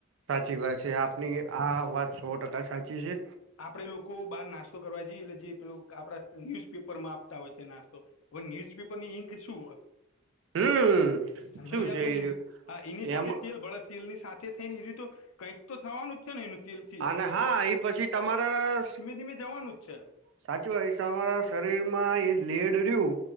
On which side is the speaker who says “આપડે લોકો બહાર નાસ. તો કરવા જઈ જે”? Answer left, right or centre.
Left